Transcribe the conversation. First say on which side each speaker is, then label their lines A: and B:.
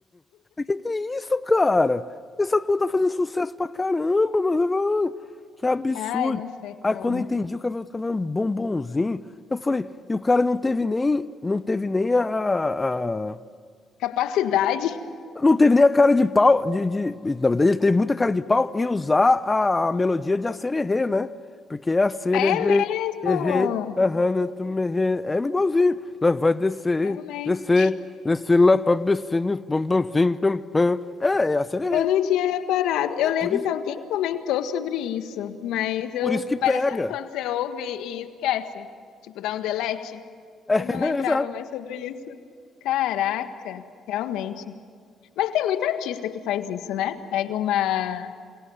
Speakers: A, on the left; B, on the left.
A: Que que é isso, cara? Essa porra tá fazendo sucesso pra caramba, mano. Eu falo, "Ah, Que absurdo.
B: Ai, não sei como.
A: Aí quando eu entendi, o cara falou, tava um bombonzinho. Eu falei, e o cara não teve nem, não teve nem a, a-
B: Capacidade.
A: Não teve nem a cara de pau, de, de- na verdade ele teve muita cara de pau em usar a, a melodia de Acererê, né? Porque é Acererê,
B: É mesmo.
A: errê, ahana, tu me errê, é igualzinho. Lá vai descer,
B: Realmente.
A: descer, descer lá pra becinho, pum, pumzinho, pum, pum. É, é Acererê.
B: Eu não tinha reparado. Eu
A: É
B: lembro
A: por isso,
B: que alguém comentou sobre isso, mas eu
A: por isso que pega.
B: parece sabe quando você ouve e esquece, tipo dá um delete.
A: É,
B: Eu
A: <laughs>
B: não lembrava
A: exato.
B: mais sobre isso. Caraca, realmente. Mas tem muito artista que faz isso, né? Pega uma